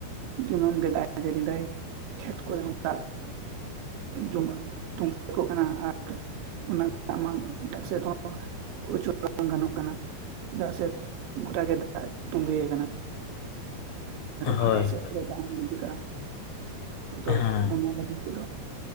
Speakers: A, on the right (about 80°); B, on the left (about 80°).
A: ᱫᱤᱱᱟ. ᱢ ᱜᱮ ᱫᱟᱜ ᱡᱟ. ᱲᱤ ᱫᱟᱭ ᱠᱷᱮᱛ ᱠᱚᱨᱮ ᱦᱚᱸ ᱫᱟᱜ ᱡᱩᱢᱟᱜ ᱛᱚᱸᱜᱮᱠᱚᱜ ᱠᱟᱱᱟ ᱟᱨ ᱚᱱᱟ ᱟᱢᱟᱜ ᱮᱴᱟᱜ ᱥᱮᱫ ᱦᱚᱸ ᱩᱪᱩᱲ ᱵᱟᱝ ᱜᱟᱱᱚᱜ ᱠᱟᱱᱟ ᱪᱮᱫᱟᱜ ᱥᱮ ᱜᱚᱴᱟ ᱜᱮ ᱫᱟᱜ ᱛᱳᱸᱵᱮᱭ ᱠᱟᱱᱟ
B: ᱦᱳᱭ
A: ᱯᱷᱟᱠᱟ ᱥᱮᱫ
B: ᱦᱳᱭ
A: ᱫ ᱤᱫᱤ ᱠᱟᱱᱟ ᱟ <inaudible> ᱫᱚ
B: ᱦᱮᱸ
A: ᱚᱱᱟ ᱞᱟ. ᱜᱤᱫ ᱛᱮᱫᱚ